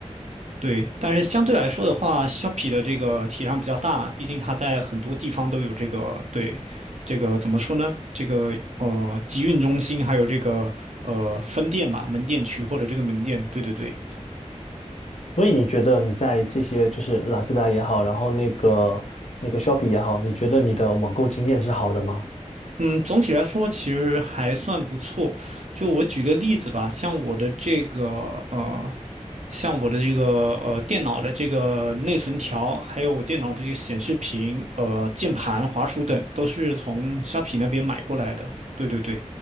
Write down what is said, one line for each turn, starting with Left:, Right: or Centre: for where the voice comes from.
Right: 对，但是相对来说的话，Shopee 的这个体量比较大嘛，毕竟它在很多地方都有这个对，这个怎么说呢？这个呃集运中心，还有这个呃分店吧，门店取货的这个门店，对对对。
Left: 所以你觉得你在这些就是拉兹达也好，然后那个那个 Shopee 也好，你觉得你的网购经验是好的吗？
Right: 嗯，总体来说其实还算不错。就我举个例子吧，像我的这个呃，像我的这个呃电脑的这个内存条，还有电脑的这个显示屏、呃键盘、滑鼠等，都是从虾皮那边买过来的。对对对，